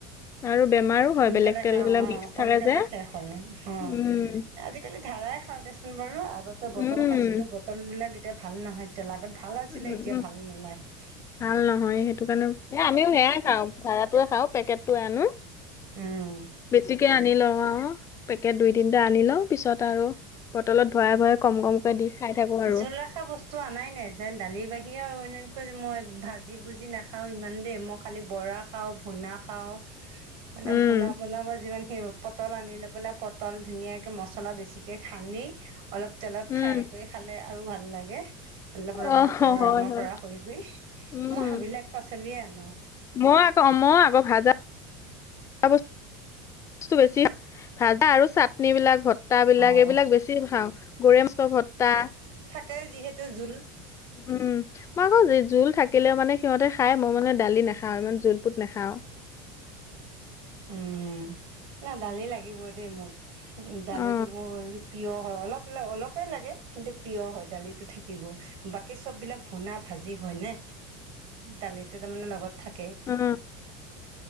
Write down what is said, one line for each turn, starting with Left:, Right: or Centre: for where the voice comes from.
Left: আৰু বেমাৰো
Right: <unintelligible> সোনকালে
Left: হয় বেলেগ তেল
Right: শেষ
Left: বিলাক
Right: অ
Left: মিক্স থাকে
Right: সোনকালে
Left: যে
Right: শেষ হয় অ
Left: উম।
Right: আজিকালিত ধাৰাই খাওঁ দেচোন বাৰু আগতে বটল
Left: উম।
Right: খাইছিলো বটল বিলাক এতিয়া ভাল নহয় তেল আগ ভাল আছিলে
Left: উম
Right: এতিয়া
Left: উম
Right: ভাল নাই
Left: ভাল নহয় সেইটো কাৰণে এ আমিও সেয়াই খাওঁ ধাৰা খাওঁ পেকেটটোৱে আনো।
Right: উম
Left: বেছিকে আনি লওঁ অহ পেকেট দুই তিনিটা আনি লওঁ পিছত আৰু বটলত ভৰাই ভৰাই কম কমকে দি খাই থাকো আৰু
Right: এই জোল ৰখা বস্তু অনাই যেন দালিৰ বাহিৰে আৰু এনেকৈ যে মই ভাজি ভুজি নাখাওঁ ইমান দে মই খালি বৰা খাওঁ ভোনা খাওঁ খাওঁ মানে
Left: উম।
Right: ভুনা বন বা যিমান সেইবোৰ পটল আনি লৈ পেলাই পটল ধুনীয়াকে মচলা বেছিকে হানি। অলপ তেলত
Left: উম
Right: ফ্ৰাই কৰি খালে আৰু ভাল লাগে। অলপ ৰঙা
Left: অ হয়
Right: পৰা ৰঙা
Left: হয়
Right: পৰা কৰি কৰি মই
Left: উম।
Right: সেইবিলাক পাচলিয়ে আনো
Left: মই আকৌ মই আকৌ ভাজা বস্তু বেছি ভাজা আৰু চাটনি বিলাক ভত্তা বিলাক
Right: অ
Left: এইবিলাক বেছি খাওঁ গৰৈ মাছৰ ভত্তা
Right: তাকে যিহেতু জোল
Left: উম মই আকৌ জোল থাকিলেও মানে সিহঁতে খাই মই মানে দালি নাখাওঁ ইমান জোল পোত নাখাওঁ
Right: <unintelligible> উম দালি লাগিব দেই মোক দালিতটো
Left: অ
Right: মোৰ প্ৰিয় হয় অলপ অলপ লাগে কিন্তু প্ৰিয়ৰ হয় দালিটো থাকিব বাকী চব বিলাক ভুনা ভাজি হয় হয় নে দালিটো তাৰ মানে লগত থাকিবই
Left: উম